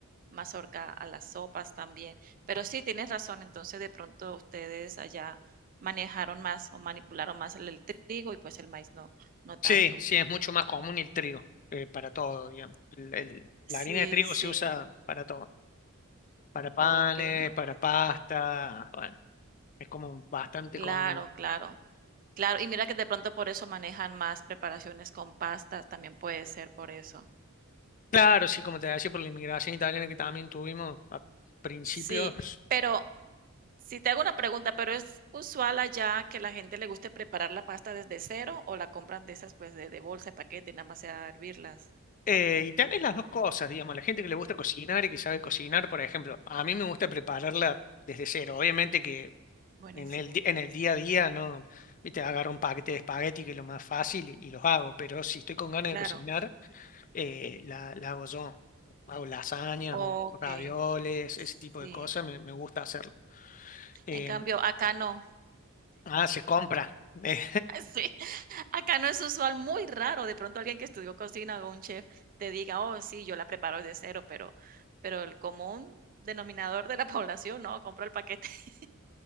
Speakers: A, on the right (about 40°); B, on the left (about 35°).
A: mazorca a las sopas también. Pero sí, tienes razón, entonces de pronto ustedes allá manejaron más o manipularon más el, el trigo y pues el maíz no, no tanto.
B: Sí, sí, es mucho más común el trigo eh, para todo, digamos. El- el- la
A: Sí,
B: harina de trigo
A: sí.
B: se usa para todo. para panes,
A: Oh, qué bien. no-
B: para pasta, bueno, es como bastante
A: Claro,
B: común.
A: claro. Claro, y mira que de pronto por eso manejan más preparaciones con pastas, también puede ser por eso.
B: Claro, sí, como te decía, por la inmigración italiana que también tuvimos a principios.
A: Sí, pero si te hago una pregunta, ¿pero es usual allá que la gente le guste preparar la pasta desde cero o la compran de esas pues de, de bolsa, de paquete, y nada más sea hervirlas?
B: Eh, y tenés las dos cosas, digamos, la gente que le gusta cocinar y que sabe cocinar, por ejemplo, a mí me gusta prepararla desde cero. Obviamente que
A: Buenísimo.
B: en el, di- en el día a día, no, viste, agarro un paquete de espagueti que es lo más fácil y, y los hago, pero si estoy con ganas
A: Claro,
B: de cocinar, eh, la, la hago yo. hago lasañas
A: okey,
B: o ravioles,
A: sí.
B: ese tipo de cosas, me, me gusta hacerlo. Eh,
A: En cambio, acá no.
B: ah, se compra. <laughs> Eh,
A: <laughs> Sí, acá no es usual, muy raro, de pronto alguien que estudió cocina o un chef te diga: "Oh, sí, yo la preparo de cero", pero pero el común denominador de la <laughs> población, no, compra el paquete <laughs>